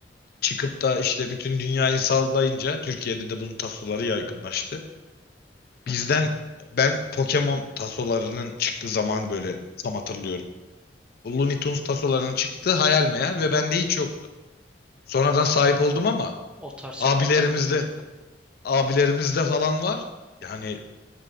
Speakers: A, on the left; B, in the centre.
A: çıkıp da işte bütün dünyayı sallayınca Türkiye'de de bunun tasoları yaygınlaştı.
B: Hı
A: Bizden
B: hı.
A: ben Pokemon tasolarının çıktığı zamanı böyle tam hatırlıyorum. Looney Tunes tasolarının çıktığı hayal meyal ve bende hiç yoktu. Sonradan sahip oldum ama
B: O tarz şeyler
A: abilerimizde,
B: bende de yoktu.
A: abilerimizde falan var. Yani